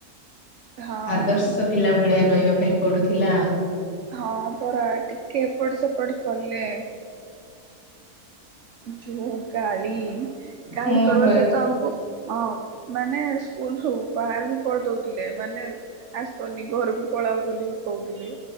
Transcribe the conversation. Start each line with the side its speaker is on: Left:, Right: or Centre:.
Right: ହଁ।
Left: ଆଦର୍ଶ ପିଲା ଭଳିଆ ରହିବା ପାଇଁ ପଡୁଥିଲା ଆଉ।
Right: ହଁ ପରା ଟିକେ ଏପଟ ସେପଟ କଲେ। ଯଉ ଗାଳି ଗାଳି
Left: ହଁ
Right: କରିବା
Left: ପରା
Right: ସହିତ ଆମକୁ ହଁ ମାନେ ସ୍କୁଲ ସବୁ ବାହାର ବି କରିଦଉଥିଲେ ମାନେ ଆସନି ଘରକୁ ପ ପଳା ବୋଲି ବି କହୁଥିଲେ।